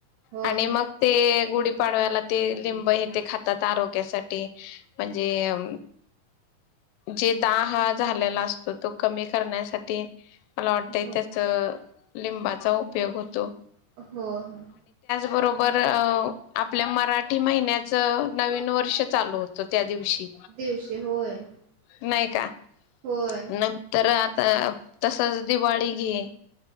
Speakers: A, on the right (about 80°); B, on the left (about 85°).
A: होय
B: आणि मग ते गुढीपाडव्याला ते लिंब हे ते खातात आरोग्यासाठी म्हणजे अ जे दाहा झालेला असतो तो कमी करण्यासाठी मला वाटतय
A: हो
B: त्याच लिंबाचा उपयोग होतो.
A: होय, होय.
B: बरोबर अ आपल्या मराठी महिन्याच नवीन वर्ष चालू होतं त्या दिवशी
A: दिवशी होय. <unintelligible>
B: नाही का.
A: होय
B: नंतर आ तसच दिवाळी घे.